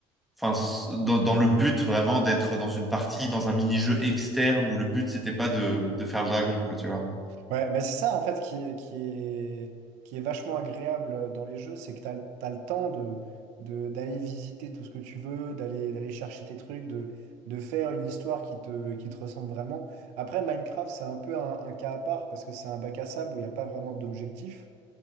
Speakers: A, in the centre; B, on the right.
A: enfin, s- dans, dans le but vraiment d'être dans une partie, dans un mini-jeu externe où le but c'était pas de, de faire le dragon, quoi, tu vois.
B: Ouais, mais c'est ça, en fait, qui est, qui est, qui est vachement agréable euh, dans les jeux, c'est que t'as, le- t'as le temps de, de, d'aller visiter tout ce que tu veux, d'aller, d'aller chercher tes trucs, de, de faire une histoire qui te, qui te ressemble vraiment. Après, Minecraft, c'est un peu un, un cas à part parce que c'est un bac à sable où il n'y a pas vraiment d'objectif.